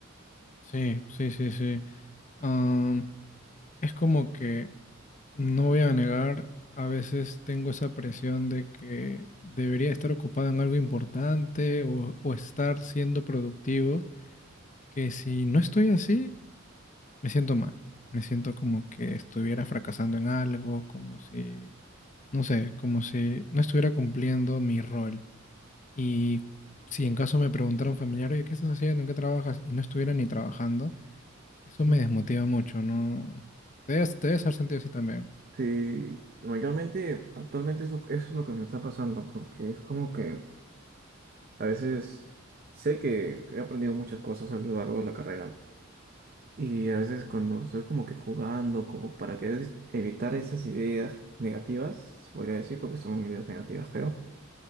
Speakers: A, on the left (about 35°); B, on the right (about 45°).
A: Sí, sí, sí, sí. Am, es como que No voy a negar, a veces tengo esa presión de que debería estar ocupado en algo importante o, o estar siendo productivo, que si no estoy así, me siento mal. Me siento como que estuviera fracasando en algo, como si, no sé, como si no estuviera cumpliendo mi rol. Y si en caso me preguntara un familiar, oye, ¿qué estás haciendo? ¿En qué trabajas? Y no estuviera ni trabajando, eso
B: Mm.
A: me desmotiva mucho, ¿no? Te debes, te debes haber sentido así también.
B: Sí, mayormente actualmente eso, eso es lo que me está pasando, porque es como que A veces sé que he aprendido muchas cosas a lo largo de la carrera, ¿no? Y a veces cuando estoy como que jugando, como para querer dis- evitar esas ideas negativas, se podría decir, porque son ideas negativas, creo.